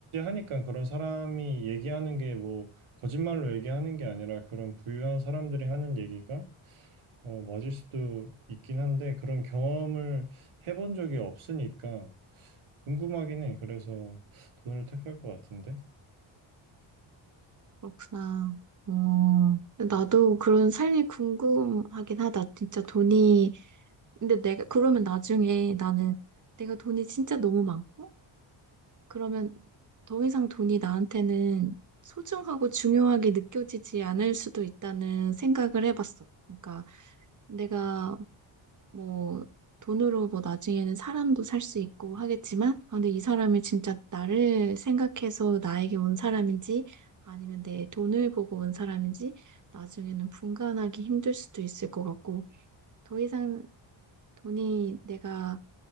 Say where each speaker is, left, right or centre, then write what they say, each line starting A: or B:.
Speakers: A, on the right; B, on the right.
A: 존재하니까 그런 사람이 얘기하는 게 뭐 거짓말로 얘기하는 게 아니라 그런 부유한 사람들이 하는 얘기가 어, 맞을 수도 있긴 한데 그런 경험을 해본 적이 없으니까 궁금하긴 해. 그래서 돈을 택할 것 같은데.
B: 그렇구나. 어, 나도 그런 삶이 궁금하긴 하다. 진짜 돈이 근데 내가 그러면 나중에 나는 내가 돈이 진짜 너무 많고 그러면 더 이상 돈이 나한테는 소중하고 중요하게 느껴지지 않을 수도 있다는 생각을 해봤어. 그러니까 내가 뭐 돈으로 뭐 나중에는 사람도 살 수 있고 하겠지만 아, 근데 이 사람이 진짜 나를 생각해서 나에게 온 사람인지 아니면 내 돈을 보고 온 사람인지 나중에는 분간하기 힘들 수도 있을 것 같고 더 이상 돈이 내가